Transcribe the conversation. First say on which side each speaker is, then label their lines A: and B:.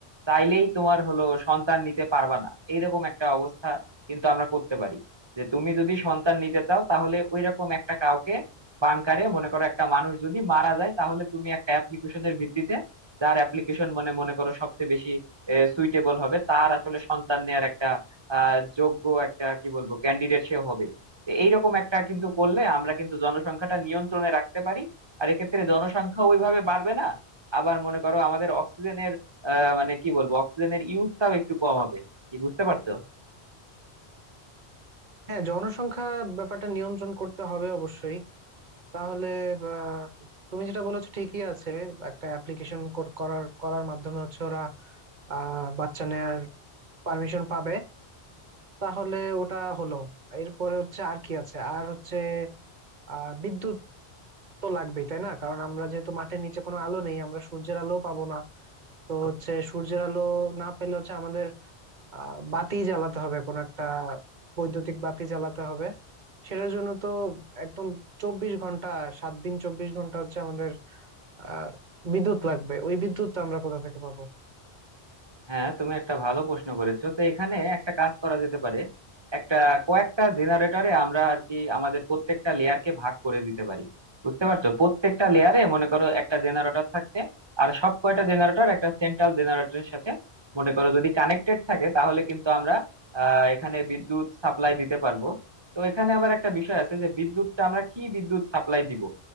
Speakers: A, on the right; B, on the right.
A: চাইলেই তোমার হলো সন্তান নিতে পারবা না এইরকম একটা অবস্থা কিন্তু আমরা করতে পারি যে তুমি যদি সন্তান নিতে চাও তাহলে ওইরকম একটা কাউকে বানকারে মনে করো একটা মানুষ যদি মারা যায় তাহলে তুমি একটা অ্যাপ্লিকেশনের ভিত্তিতে যার অ্যাপ্লিকেশন মানে মনে করো সবচেয়ে বেশি সুইটেবল হবে তার আসলে সন্তান নেয়ার একটা আহ যোগ্য একটা কি বলবো ক্যান্ডিডেট সে হবে তো এইরকম একটা কিন্তু করলে আমরা কিন্তু জনসংখ্যাটা নিয়ন্ত্রণে রাখতে পারি আর এক্ষেত্রে জনসংখ্যা ওইভাবে বাড়বে না আবার মনে করো আমাদের অক্সিজেনের আহ মানে কি বলবো অক্সিজেনের ইউজটাও একটু কম হবে কি বুঝতে পারছো
B: হ্যাঁ জনসংখ্যা ব্যাপারটা নিয়ন্ত্রণ করতে হবে অবশ্যই তাহলে আহ, তুমি যেটা বলেছো ঠিকই আছে একটা অ্যাপ্লিকেশন করার করার মাধ্যমে হচ্ছে ওরা আহ বাচ্চা নেয়ার পারমিশন পাবে তাহলে ওটা হলো এরপরে হচ্ছে আর কি আছে আর হচ্ছে আহ বিদ্যুৎ তো লাগবেই তাই না কারণ আমরা যেহেতু মাঠের নিচে কোনো আলো নেই আমরা সূর্যের আলো পাবো না তো হচ্ছে সূর্যের আলো না পেলে হচ্ছে আমাদের আহ বাতি জ্বালাতে হবে কোনো একটা বৈদ্যুতিক বাতি জ্বালাতে হবে সেটার জন্য তো একদম চব্বিশ ঘন্টা সাত দিন চব্বিশ ঘন্টা হচ্ছে আমাদের আহ বিদ্যুৎ লাগবে ওই বিদ্যুৎ তো আমরা কোথা থেকে পাবো
A: হ্যাঁ তুমি একটা ভালো প্রশ্ন করেছো তো এখানে একটা কাজ করা যেতে পারে একটা কয়েকটা জেনারেটরে আমরা আর কি আমাদের প্রত্যেকটা লেয়ারকে ভাগ করে দিতে পারি বুঝতে পারছো প্রত্যেকটা লেয়ারে মনে করো একটা জেনারেটর থাকতে আর সব কয়টা জেনারেটর একটা সেন্ট্রাল জেনারেটরের সাথে মনে করো যদি কানেক্টেড থাকে তাহলে কিন্তু আমরা আহ এখানে বিদ্যুৎ সাপ্লাই দিতে পারবো তো এখানে আবার একটা বিষয় আছে যে বিদ্যুৎটা আমরা কি বিদ্যুৎ সাপ্লাই দিব